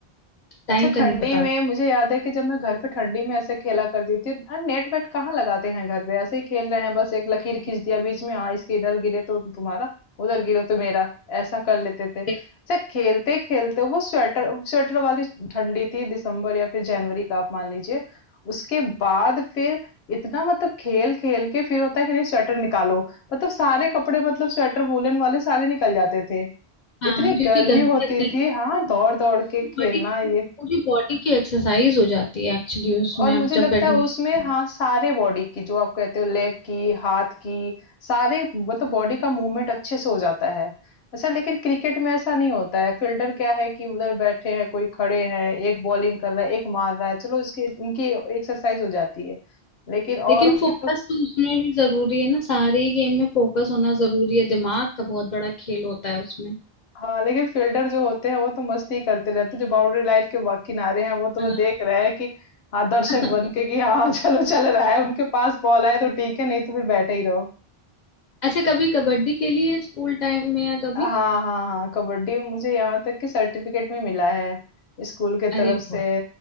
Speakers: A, on the left (about 55°); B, on the left (about 75°).
A: टाइम
B: अच्छा ठंडी
A: का नहीं पता
B: में
A: लगता
B: मुझे याद है कि जब मैं घर पे ठंडी में ऐसे खेला करती थी और नेट वेट कहाँ लगाते हैं घर पे ऐसे ही खेल रहे हैं बस एक लकीर खींच दिया बीच में हाँ इसके इधर गिरे तो तुम्हारा उधर गिरे तो मेरा ऐसा कर लेते थे अच्छा
A: है।
B: खेलते खेलते वो स्वेटर स्वेटर वाली ठंडी थी दिसंबर या फिर जनवरी का आप मान लीजिए उसके बाद फिर इतना मतलब खेल खेल के फिर होता है कि नहीं स्वेटर निकालो मतलब सारे कपड़े मतलब स्वेटर वूलन वाले सारे निकल जाते थे
A: हाँ
B: इतनी
A: क्योंकि
B: गर्मी
A: गर्मी
B: होती
A: लगने लगती
B: थी हाँ
A: है
B: दौड़ दौड़ के खेलना
A: बॉडी
B: ये
A: पूरी बॉडी की एक्सरसाइज हो जाती है एक्चुअली उसमें
B: और मुझे
A: अब जब
B: लगता
A: बैडमिंटन
B: है उसमें हाँ सारे बॉडी की जो आप कहते हो लेग की हाथ की सारे मतलब बॉडी का मूवमेंट अच्छे से हो जाता है अच्छा लेकिन क्रिकेट में ऐसा नहीं होता है फील्डर क्या है कि उधर बैठे हैं कोई खड़े हैं एक बॉलिंग कर रहा है एक मार रहा है चलो इसकी इनकी एक्सरसाइज हो जाती है लेकिन
A: लेकिन
B: औरों
A: फोकस
B: की तो
A: तो उसमें भी जरूरी है ना सारे ही गेम में फोकस होना जरूरी है दिमाग का बहुत बड़ा खेल होता है उसमें
B: हाँ लेकिन फील्डर जो होते हैं वो तो मस्ती करते रहते हैं जो बाउंड्री लाइन के बा- किनारे हैं वो तो
A: हाँ।
B: वो देख रहे हैं कि हाँ दर्शक
A: <laughs>
B: बन के कि हाँ चलो चल रहा है उनके पास बॉल आए तो ठीक है नहीं तो फिर बैठे ही रहो
A: अच्छा कभी कबड्डी खेली है स्कूल टाइम में या कभी
B: हाँ हाँ हाँ कबड्डी मुझे यहाँ तक कि सर्टिफिकेट भी मिला है स्कूल के
A: अरे
B: तरफ से
A: बहुत